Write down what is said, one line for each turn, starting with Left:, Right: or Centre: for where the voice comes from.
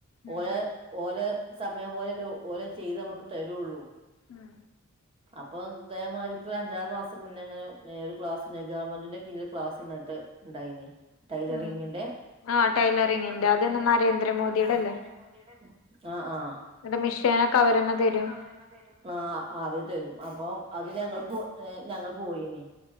Left: ഉം
Right: ഓലെ ഓലെ സമയം പോലെയല്ലെ ഓലത് ചെയ്ത് നമുക്ക് തരൊള്ളൂ
Left: ഉം
Right: അപ്പം തേമായ്രി ഇപ്പാെരഞ്ചാറ് മാസം മുന്നേ ങ്ങനെ ഏ ഒര് ക്ലാസ് ലെ ഗവമെന്റിന്റെ കീഴില് ക്ലാസ്ണ്ടായ്ട്ട് ണ്ടായ്നി ടൈലറിങ്ങിന്റെ
Left: ഉം ആഹ് ടൈലറിങ്ങിന്റെ
Right: ആഹ് ടൈലറിങ്ങിന്റെ
Left: അതന്നെ നരേന്ദ്രമോദിയുടെ
Right: അതന്നെ നരേന്ദ്ര
Left: അല്ലേ
Right: മോദിയിടെ അല്ലെ ആഹ് ആഹ് എന്നട്ട്
Left: എന്നിട്ട് മിഷീനൊക്കെ അവരന്നെ
Right: മിഷ്യനൊക്കെ
Left: തരും
Right: അവരന്നെ തരും ആഹ് അത് തരും അപ്പൊ അത് ഞങ്ങള് പോ ഏഹ് ഞങ്ങള് പോയീനീ.